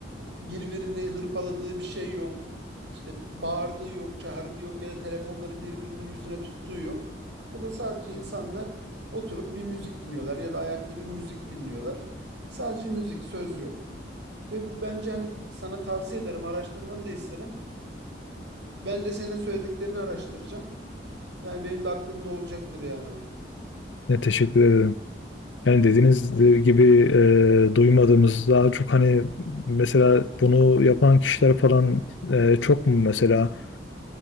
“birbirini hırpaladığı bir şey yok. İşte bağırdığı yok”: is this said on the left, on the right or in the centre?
Right